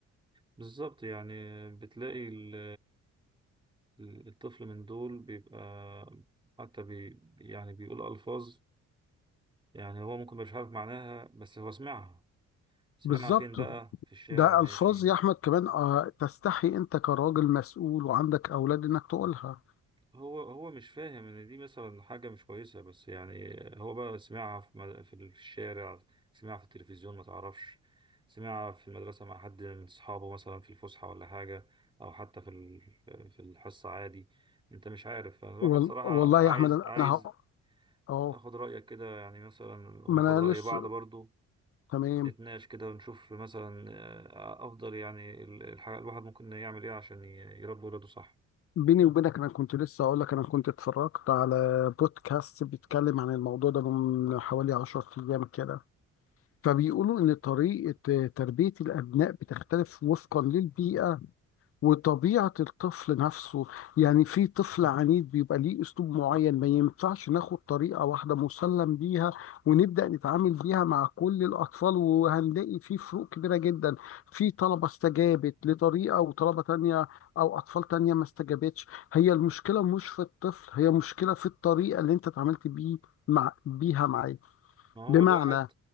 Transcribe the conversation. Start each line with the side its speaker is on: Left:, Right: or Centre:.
Right: بالظبط يعني بتلاقي ال- ال- الطفل من دول بيبقى حتى بي يعني بيقول ألفاظ يعني هو ممكن مش عارف معناها بس هو سمعها سمعها
Left: بالظبط
Right: فين بقى في الشارع
Left: ده
Right: ماشي
Left: الفاظ يا احمد كمان آه، تستحي انت كراجل مسؤول وعندك اولاد انك تقولها
Right: هو هو مش فاهم ان دي مثلا حاجه مش كويسه بس يعني هو بقى سمعها في مد- في الشارع سمعها في التلفزيون ما تعرفش سمعها في المدرسه مع حد من اصحابه مثلا في الفسحه ولا حاجه او حتى في ال- في الحصه عادي انت مش عارف الواحد
Left: وال-
Right: صراحه
Left: والله
Right: عايز
Left: يا احمد انا
Right: عايز
Left: هق- اه
Right: اخد رايك كده يعني مثلا وناخد
Left: ما انا
Right: راي
Left: لسه
Right: بعض برضو
Left: تمام
Right: نتناقش كده ونشوف مثلا آه، افضل يعني ال- الح- الواحد ممكن يعمل ايه عشان ي- يربي ولاده صح
Left: بيني وبينك انا كنت لسه اقول لك انا كنت اتفرجت على بودكاست بيتكلم عن الموضوع ده من حوالي 10 ايام كده فبيقولوا ان طريقة تربية الابناء بتختلف وفقا للبيئة وطبيعة الطفل نفسه يعني في طفل عنيد بيبقى ليه أسلوب معين ما ينفعش ناخد طريقة واحدة مسلم بيها ونبدأ نتعامل بيها مع كل الأطفال وهنلاقي في فروق كبيرة جدا في طلبة استجابت لطريقة وطلبة تانية أو أطفال تانية ما استجابتش هي المشكلة مش في الطفل هي مشكلة في الطريقة اللي أنت اتعاملت بيه مع بيها معاه
Right: ما هو
Left: بمعنى
Right: الواحد